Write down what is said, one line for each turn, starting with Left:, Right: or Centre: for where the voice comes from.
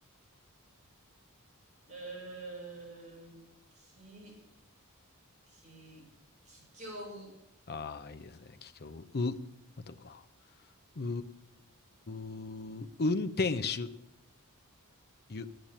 Right: えー、き、き、ききょう、
Left: ああ、いいですね。桔梗、う、またうか。う、運転手、ゆ。